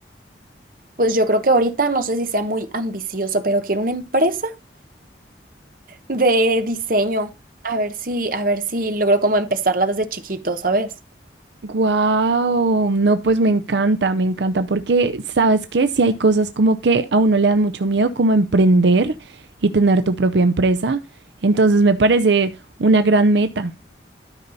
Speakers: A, on the right (about 50°); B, on the right (about 75°).
A: Pues yo creo que ahorita no sé si sea muy ambicioso, pero quiero una empresa de diseño. A ver si, a ver si logro como empezarla desde chiquito, ¿sabes?
B: Wow, no, pues me encanta, me encanta, porque sabes que si hay cosas como que a uno le dan mucho miedo, como emprender y tener tu propia empresa, entonces me parece una gran meta.